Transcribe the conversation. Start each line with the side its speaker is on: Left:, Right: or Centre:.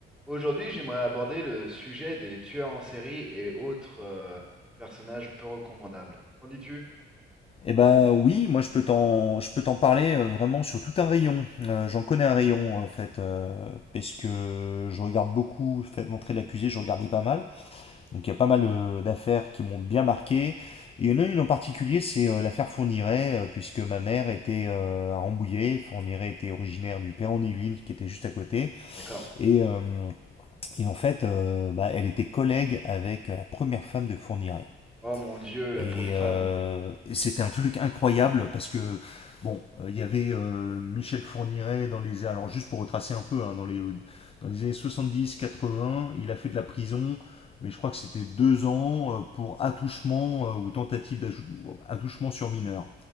Centre: Aujourd'hui, j'aimerais aborder le sujet des tueurs en série et autres euh, personnages peu recommandables. Qu'en dis-tu?
Left: Eh ben oui, moi je peux t'en je peux t'en parler euh, vraiment sur tout un rayon. Euh, j'en connais un rayon en fait, euh, parce que je regarde beaucoup, fait montrer l'accusé, je regardais pas mal. Donc il y a pas mal euh, d'affaires qui m'ont bien marqué. Et il y en a une en particulier, c'est euh, l'affaire Fourniret, euh, puisque ma mère était euh, à Rambouillet, Fourniret était originaire du Perron-Yvelines, qui était juste à côté.
Centre: D'accord.
Left: Et, euh, et en fait, euh, bah, elle était collègue avec euh, la première femme de Fourniret.
Centre: Oh mon Dieu, la
Left: Et
Centre: pauvre femme.
Left: euh, c'était un truc incroyable parce que, bon, euh, il y avait euh, Michel Fourniret dans les. Alors, juste pour retracer un peu, hein, dans, les, dans les années 70-80, il a fait de la prison, mais je crois que c'était deux ans euh, pour attouchement euh, ou tentative d'attouchement sur mineur.